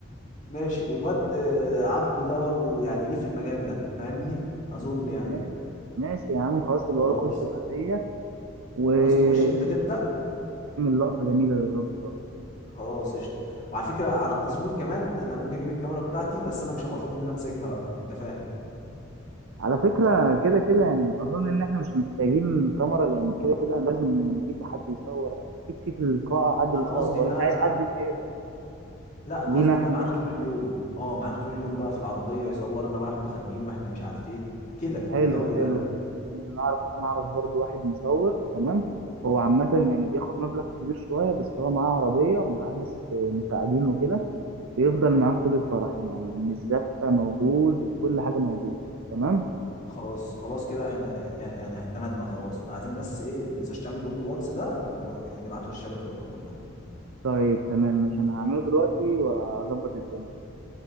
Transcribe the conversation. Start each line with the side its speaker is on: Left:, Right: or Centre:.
Left: ماشي والواد آه، عبده ده برضو يعني ليه في المجال ده فاهمني اظن يعني
Right: ماشي ماشي يا عم خلاص يبقى
Left: خلاص
Right: هو يخش بعدية ونعمل
Left: خلاص تخش انت تبدا
Right: لقطة جميلة للراجل برضه
Left: خلاص قشطه وعلى فكره على التصوير كمان انا ممكن اجيب الكاميرا بتاعتي بس انا مش هبقى فاضي ان انا امسكها بقى انت فاهم
Right: على فكرة كده كده يعني أظن إن إحنا مش محتاجين كاميرا لأن كده كده لازم نجيب حد يصور أكيد في في القاعة حد بيصور
Left: انا قصدي
Right: ولا
Left: بقى
Right: أنت عايز حد زيادة
Left: لا انا
Right: لينا
Left: قصدي
Right: إحنا
Left: بقى معانا
Right: يعني
Left: طول اليوم اه معانا طول اليوم بقى في العربيه يصورنا بقى احنا خارجين واحنا مش عارف ايه كده
Right: حلو
Left: الجو
Right: حلو
Left: ده
Right: جميل جميل أنا أعرف أنا أعرف برضو واحد مصور تمام هو عامة يعني بياخد مبلغ كبير شوية بس هو معاه عربية ومعاه ناس مساعدين وكده بيفضل معاك طول الفرح يا معلم الزفة موجود كل حاجة موجود تمام
Left: خلاص خلاص كده احنا يعني يعني اعتمدنا خلاص عايزين بس ايه ما تنساش تعمل جروب الواتس ده ونبعته للشباب الخطة كلها
Right: طيب تمام مش أنا هعمله دلوقتي وأظبط الدنيا تمام